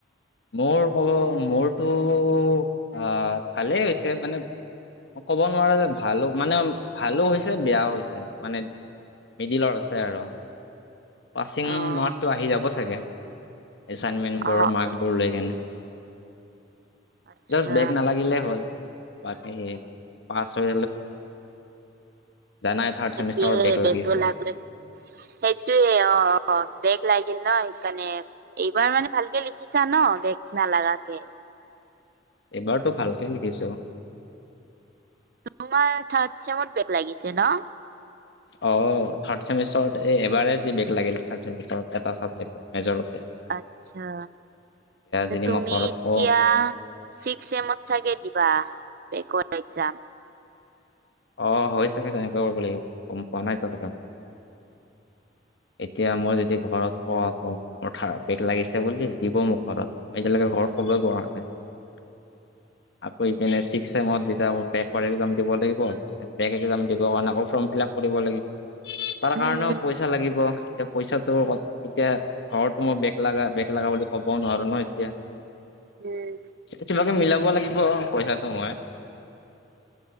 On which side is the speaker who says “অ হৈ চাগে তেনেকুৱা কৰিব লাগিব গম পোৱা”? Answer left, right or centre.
Left